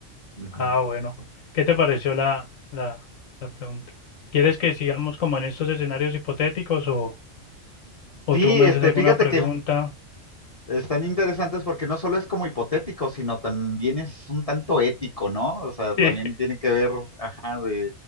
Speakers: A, on the left; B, on the left.
A: Ujú.
B: Ah, bueno. ¿Qué te pareció la la la pregunta? ¿Quieres que sigamos como en estos escenarios hipotéticos o o
A: Sí,
B: tú me
A: este,
B: haces alguna
A: fíjate
B: pregunta?
A: que están interesantes porque no solo es como hipotético, sino también es un tanto ético, ¿no? O sea,
B: Sí,
A: también tiene que ver, ajá, de